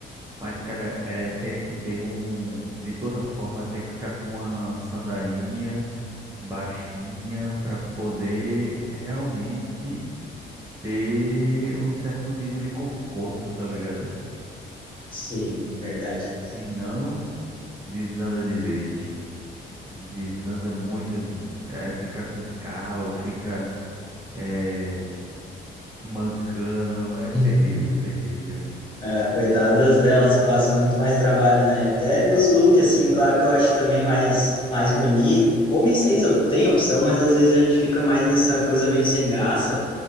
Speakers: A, on the right; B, on the left.
A: Mas, cara, é, tem que ter um. De toda forma, tem que ficar com uma sandalinha baixinha para poder realmente ter um certo nível de conforto, tá ligado?
B: Sim, verdade.
A: Se não, desanda de vez. Desanda muito, é, fica com calo, fica é, mancando, é terrível,
B: <laughs>
A: terrível.
B: É, coitadas delas que passam muito mais trabalho, né? Até nos looks, assim, claro que eu acho também mais, mais bonito. Homens têm, tem opção, mas às vezes a gente fica mais nessa coisa meio sem graça.